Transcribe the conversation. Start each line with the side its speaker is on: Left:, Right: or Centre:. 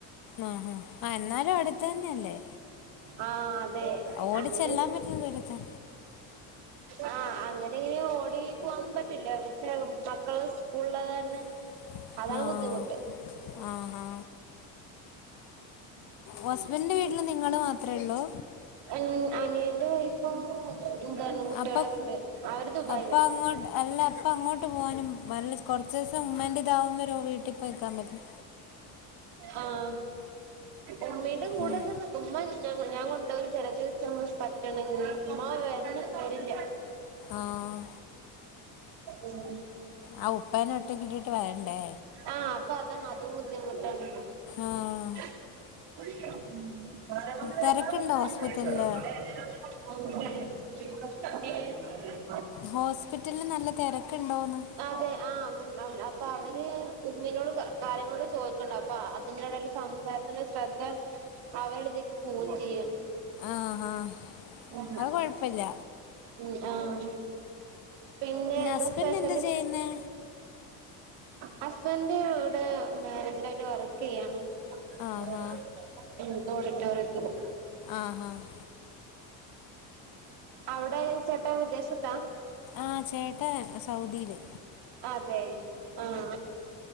Left: ആഹ് ആഹ് എന്നാലും അടുത്ത് തന്നെയല്ലേ
Right: ആഹ് അതെ
Left: ഓടിച്ചെല്ലാൻ
Right: അങ്ങനെണ്ട്
Left: പറ്റുന്ന ദൂരത്താ
Right: ആഹ് അങ്ങനെ ഇങ്ങനെ ഓടി പോവാന്നൊന്നും പറ്റില്ല പക്ഷെ മക്കള് സ്കൂള് ള്ള കാരണം
Left: <inaudible>
Right: അതാണ്
Left: ആഹ്
Right: ബുദ്ധിമുട്ട്
Left: ആഹാ ഹസ്ബൻഡിന്റെ വീട്ടില് നിങ്ങള് മാത്രേ ഉള്ളൂ
Right: എൻ അനിയന്റെ വൈഫും എന്താണ് കുട്ടികളൊക്കെ
Left: അപ്പൊ
Right: ഉണ്ട് അവര് ദുബായില
Left: അപ്പ അങ്ങോട്ട് അല്ല അപ്പ അങ്ങോട്ട് പോവാനും വല്ല കുറച്ചീസം ഉമ്മാന്റിതാവും വരോ വീട്ടിൽ പോയി നിക്കാൻ പറ്റില്ല
Right: ആഹ് ഉമ്മീന്റെ കൂടെക്കെ
Left: ഉം
Right: നി ഉമ്മ ഞ ഞ കൊണ്ടോകും ചില ദിവസ പറ്റണങ്കി ഉമ്മാ വര്ണ് വരില്ല
Left: ആഹ്
Right: ഉം
Left: ആഹ് ഉപ്പാനെ ഒറ്റക്ക് ഇട്ടിട്ട് വരണ്ടേ
Right: ആഹ് അപ്പൊ അതാണ് അതും ബുദ്ധിമുട്ടാണ്
Left: ആഹ്
Right: ഉം ഒന്ന്
Left: തിരക്കുണ്ടോ ഹോസ്പിറ്റലില്
Right: രണ്ടും ഏത
Left: ഹോസ്പിറ്റലില് നല്ല തെരക്കണ്ടോന്ന്?
Right: അതെ ആ അവ ണ്ടാകുല അപ്പൊ അവൻ ഉമ്മിനോട് കാര്യങ്ങളൊക്കെ ചോദിക്കണ്ട് അപ്പൊ അതിന്റെടേല് സംസാരത്തിന്റെ ശ്രദ്ധ അവരടുത്തേക്ക് പോവും ചിയ്യും.
Left: ആഹാ
Right: ഉം
Left: അത് കുഴപ്പമില്ല
Right: ഉം ഉം ആഹ്. പിന്നെ എന്താ
Left: ഹസ്ബൻഡ്
Right: സ്പെഷ്യല്?
Left: എന്താ ചെയ്യുന്നേ
Right: ഹസ്ബൻഡ് ഇവിടെ മാനേജരായിട്ട് വർക്കെയ്യാണ്. <unintelligible>
Left: ആഹാ
Right: ഓടിറ്റോറിയത്തില്
Left: ആഹാ
Right: അവിടെ ചേട്ടൻ വിദേശത്ത?
Left: ആഹ് ചേട്ടേ സൗദില്.
Right: അതെ. ആഹ്